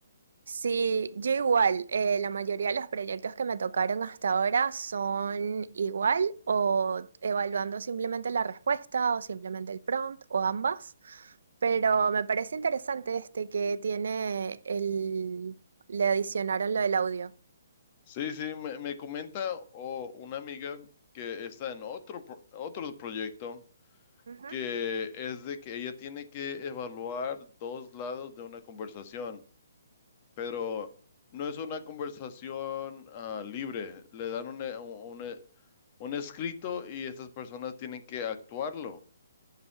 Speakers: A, on the right (about 75°); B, on the left (about 30°).
A: Sí, yo igual, eh, la mayoría de los proyectos que me tocaron hasta ahora son igual o evaluando simplemente la respuesta o simplemente el prompt o ambas, pero me parece interesante este que tiene el, le adicionaron lo del audio.
B: Sí, sí, me, me comenta o una amiga que está en otro, pro- otro proyecto
A: Ujú.
B: que es de que ella tiene que evaluar dos lados de una conversación. pero no es una conversación ah, libre. Le dan un, eh, un, un escrito y estas personas tienen que actuarlo.